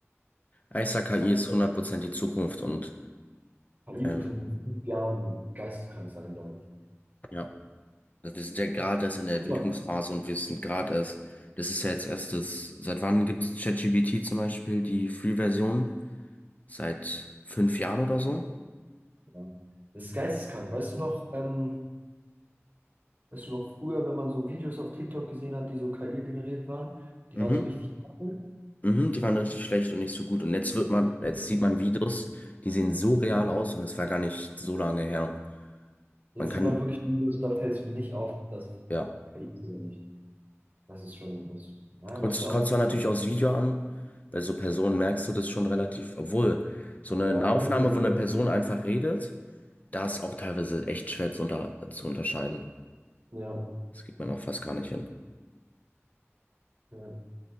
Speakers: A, on the left; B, on the right.
A: Ja, Ich sag, KI
B: Sagt,
A: ist
B: man,
A: hundert Prozent die Zukunft und
B: KI
A: ähm,
B: wird in fünf Jahren geisteskrank sein, sage ich.
A: ja, wir sind ja gerade erst in der
B: Guck
A: Entwicklungsphase
B: mal.
A: und wir sind gerade erst, das ist ja jetzt erst das, seit wann gibt es ChatGPT zum Beispiel, die Free-Version? Seit fünf Jahren oder so?
B: Ja. Das ist geisteskrank. Weißt du noch, ähm, weißt du noch früher, wenn man so Videos auf TikTok gesehen hat, die so KI generiert waren, die
A: Mhm.
B: waren so richtig kacke.
A: Mhm, die waren richtig schlecht und nicht so gut. Und jetzt wird man, jetzt sieht man Videos, die sehen so real aus und es war gar nicht so lange her.
B: Jetzt
A: Man kann,
B: sieht man wirklich Videos, da fällt es mir nicht auf, ob das
A: ja.
B: KI ist oder nicht. Das ist schon, das naja,
A: Kommt,
B: macht mir
A: kommt
B: auch nicht.
A: zwar natürlich
B: Ne?
A: aufs Video an, bei so Personen merkst du das schon relativ, obwohl so eine
B: Ja,
A: Nahaufnahme,
B: dann haben die so.
A: wo eine
B: sechs
A: Person
B: Jahre.
A: einfach redet, da ist auch teilweise echt schwer zu, unter, zu unterscheiden.
B: Ja,
A: Das kriegt man auch fast gar nicht hin.
B: ja.